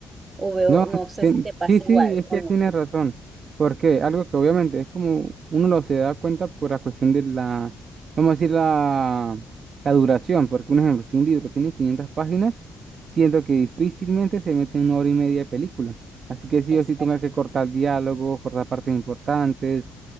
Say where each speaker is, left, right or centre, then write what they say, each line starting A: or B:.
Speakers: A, on the right; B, on the right.
A: o veo,
B: No,
A: no sé
B: tien-
A: si te pasa
B: sí, sí,
A: igual
B: es que
A: o no.
B: tienes razón, porque algo que obviamente es como uno lo se da cuenta por la cuestión de la, vamos a decir, la, la duración, porque un ejemplo, si un libro tiene 500 páginas, siento que difícilmente se mete en una hora y media de película, así que sí
A: Exacto,
B: o sí tenga que cortar diálogos, cortar partes importantes,